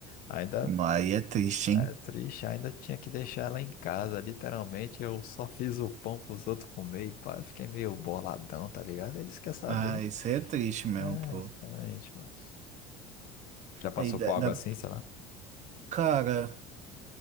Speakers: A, on the left; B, on the right.
A: Ainda
B: Não, aí é triste, hein?
A: é triste, ainda tinha que deixar ela em casa, literalmente. Eu só fiz o pão pros outros comer e pá, eu fiquei meio boladão, tá ligado? Eles quer saber.
B: Ah, isso aí é triste mesmo,
A: É,
B: pô.
A: exatamente, mano. Já passou
B: Aí dá,
A: por algo
B: dá-
A: assim, sei lá?
B: Cara.